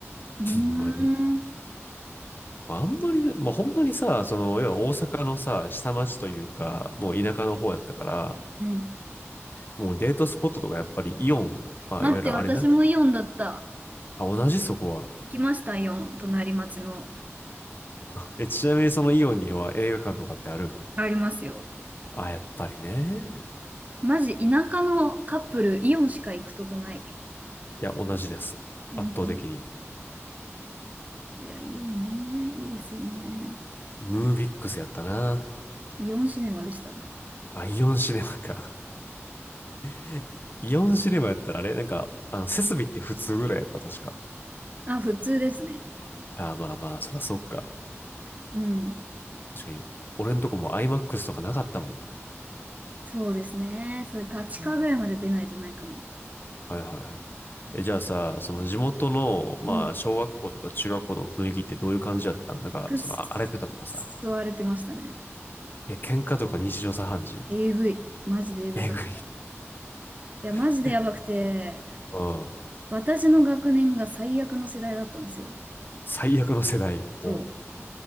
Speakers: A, on the right; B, on the left.
A: うーん。
B: ほんまに。まああんまりね、まあ本当にさ、その、要は大阪のさ、下町というか、もう田舎の方やったから、
A: うん。
B: もうデートスポットとかやっぱりイオン、まあいわゆるあれな。
A: 待って、私もイオンだった。
B: あ、同じそこは。
A: 行きました、イオン。隣町の。
B: え、ちなみにそのイオンには映画館とかってあるん
A: ありますよ。
B: あ、やっぱりね。
A: マジ、田舎のカップル、イオンしか行くとこない。
B: いや、同じです。
A: 本当に。
B: 圧倒的に。
A: いや、イオンね。いいですよね。
B: ムービックスやったな。
A: イオンシネマでした。
B: あ、イオンシネマか。<laughs> イオンシネマやったらあれなんか、あの、設備って普通ぐらいやった、確か。
A: あ、普通ですね。
B: あ、まあまあ、そらそっか。
A: うん。
B: 確かに、俺んとこも IMAX とかなかったもん。
A: そうですね。それ、立川ぐらいまで出ないとないかも。
B: うんはいはいはい。え、じゃあさ、その地元の、まあ、
A: うん。
B: 小学校とか中学校の雰囲気ってどういう感じだったなんか、
A: くっ
B: その、あ荒れてたとかさ。
A: そ荒れてましたね。
B: え、喧嘩とか日常茶飯事。
A: えぐい。マジでえぐかった。
B: えぐい。
A: いや、
B: <laughs>
A: マジでやばくて、
B: うん。
A: 私の学年が最悪の世代だったんですよ。
B: 最悪の世代。ほ
A: そう。